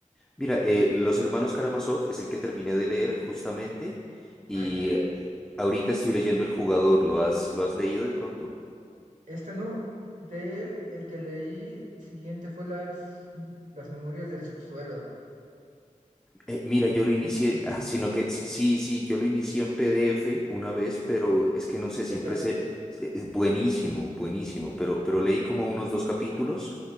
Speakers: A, in the centre; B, on the right.
A: mira, eh, Los Hermanos Karamazov es el que terminé de leer justamente y
B: Ay, qué bello.
A: ahorita estoy leyendo El Jugador. ¿Lo has, lo has leído de pronto?
B: Este no, de él el que leí siguiente fue las, las Memorias del Subsuelo.
A: Eh, mira, yo lo inicié,
B: No sé si lo conozcas.
A: ah, sino que s- sí, sí, yo lo inicié en PDF una vez, pero es que no sé, siempre
B: ¿Qué tal?
A: se, se- es buenísimo, buenísimo, pero, pero leí como unos dos capítulos.